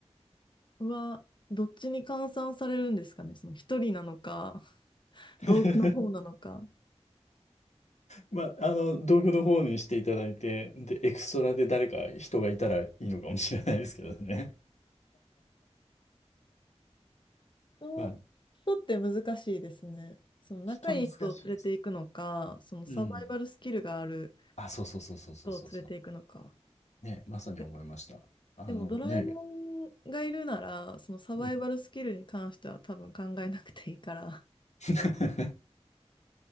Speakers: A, on the left (about 45°); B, on the left (about 85°).
A: はどっちに換算されるんですかねその一人なのか、
B: <laughs>
A: 道具の方なのか。
B: まあ、あの、道具の方にしていただいて、で、エクストラで誰か人がいたらいいのかもしれないですけどね。
A: 人
B: <laughs> まあ、
A: 人って難しいですね。その仲いい人を連れていくのか、
B: 人難しいです。
A: そのサバイバルスキルがある
B: うん。あ、そうそうそうそうそうそうそ
A: 人を連れていくのか。
B: う。ね、まさに思いました。
A: で
B: あのね、
A: でもドラえもんがいるなら、そのサバイバルスキルに関しては多分考えなくていいから、
B: うん <laughs>